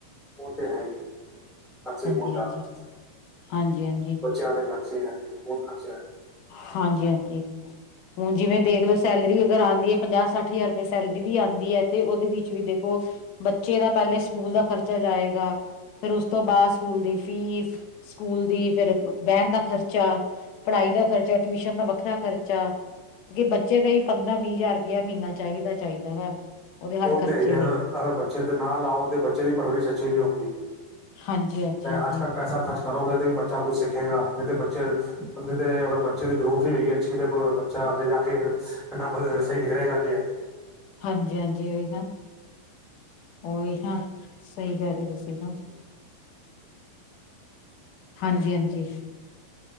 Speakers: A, in the centre; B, on the left.
A: ਉਹ ਤੇ ਹੈਗੇ। ਉਹ ਹੈ ਖਰਚੇ
B: ਹਾਂਜੀ
A: ਬਹੁਤ ਜ਼ਿਆਦਾ।
B: ਹਾਂਜੀ ਹਾਂਜੀ ਹਾਂਜੀ
A: ਬੱਚਿਆਂ ਦੇ ਖਚ ਖਰਚੇ ਜਾਂਦੇ ਬਹੁਤ ਖਰਚਾ ਹੈ।
B: ਹਾਂਜੀ -ਹਾਂਜੀ। ਹੁਣ ਜਿਵੇਂ ਦੇਖ ਲਓ ਸੈਲਰੀ ਅਗਰ ਆਉਂਦੀ ਹੈ ਪੰਜਾਹ ਸੱਠ ਹਜ਼ਾਰ ਰੁਪਏ ਸੈਲਰੀ ਵੀ ਆਉਂਦੀ ਹੈ ਤੇ ਉਹਦੇ ਵਿੱਚ ਵੀ ਦੇਖੋ ਬੱਚੇ ਦਾ ਪਹਿਲੇ ਸਕੂਲ ਦਾ ਖਰਚਾ ਜਾਏਗਾ। ਫੇਰ ਉਸ ਤੋਂ ਬਾਅਦ ਸਕੂਲ ਦੀ ਫੀਸ ਸਕੂਲ ਦੀ ਫੇਰ ਬਹਿਣ ਦਾ ਖਰਚਾ, ਪੜ੍ਹਾਈ ਦਾ ਖਰਚਾ ਟਿਊਸ਼ਨ ਦਾ ਵੱਖਰਾ ਖਰਚਾ। ਕਿ ਬੱਚੇ ਦਾ ਹੀ ਪੰਦਰਾਂ- ਵੀਹ ਹਜ਼ਾਰ ਰੁਪਇਆ ਮਹੀਨਾ ਚਾਹੀਦਾ- ਚਾਹੀਦਾ ਵਾ। ਉਹਦੇ ਹਰ
A: ਉਹ
B: ਖਰਚੇ
A: ਤੇ ਹੀ
B: ਲਈ
A: ਅਗਰ, ਅਗਰ ਬੱਚੇ ਤੇ ਨਾ ਲਾਓ। ਤੇ ਬੱਚੇ ਦੀ ਪਰਵਰਿਸ਼ ਅਛੀ ਨੀ ਹੁੰਦੀ।
B: ਹਾਂਜੀ- ਹਾਂਜੀ। ਹਾਂਜੀ
A: ਅੱਜ ਕੱਲ੍ਹ ਪੈਸਾ ਖਰਚ ਕਰੋਗੇ ਤਾਂ ਵੀ ਬੱਚਾ ਕੁਛ ਸਿੱਖੇਗਾ। ਨਹੀਂ ਤਾਂ ਬੱਚੇ ਤੇ ਅਗਰ ਬੱਚੇ ਦੀ ਗਰੋਥ ਵੀ ਹੋਏਗੀ ਅੱਛੀ ਤੇ ਬੱਚਾ ਅੱਗੇ ਜਾ ਕੇ ਫਿਰ ਇੰਨਾ ਸਹੀ ਨਿਕਲੇਗਾ ਨੀ।
B: ਹਾਂਜੀ- ਹਾਂਜੀ ਉਹੀ ਨਾ। ਉਹ ਵੀ ਹ ਸਹੀ ਕਰ ਰਹੇ ਤੁਸੀਂ ਤਾਂ। ਹਾਂਜੀ -ਹਾਂਜੀ-